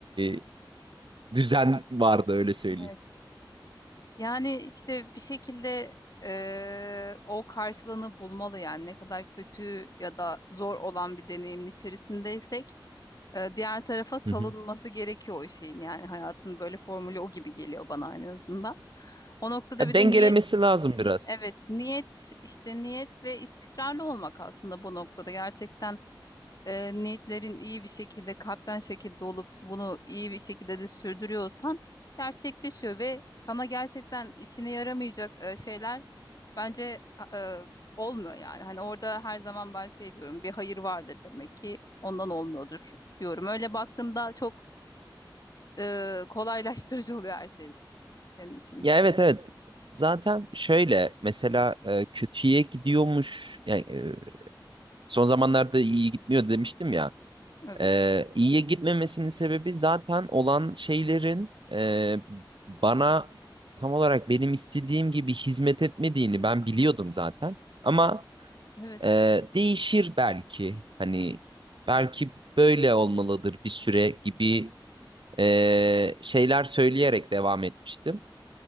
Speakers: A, on the right; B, on the left.
A: e, düzen vardı öyle söyleyeyim.
B: Evet. Yani işte bir şekilde e, o karşılığını bulmalı yani ne kadar kötü ya da zor olan bir deneyimin içerisindeysek e, diğer tarafa salınması
A: Hı hı.
B: gerekiyor o şeyin yani hayatın böyle formülü o gibi geliyor bana en azından. O noktada
A: Ya
B: bir
A: dengelemesi
B: de niyet
A: lazım biraz.
B: evet niyet işte niyet ve istikrarlı olmak aslında bu noktada gerçekten e, niyetlerin iyi bir şekilde kalpten şekilde olup bunu iyi bir şekilde de sürdürüyorsan gerçekleşiyor ve sana gerçekten işine yaramayacak e, şeyler bence e, olmuyor yani. Hani orada her zaman ben şey diyorum bir hayır vardır demek ki ondan olmuyordur diyorum. Öyle baktığında çok e, kolaylaştırıcı oluyor her şey senin için.
A: Ya evet evet. Zaten şöyle mesela e, kötüye gidiyormuş. Yani e, son zamanlarda iyi gitmiyor demiştim ya.
B: Evet,
A: Ee, iyiye gitmemesinin sebebi zaten olan şeylerin e, bana tam olarak benim istediğim gibi hizmet etmediğini ben biliyordum zaten. Ama
B: evet,
A: e, değişir belki. Hani belki böyle olmalıdır bir süre gibi e, şeyler söyleyerek devam etmiştim.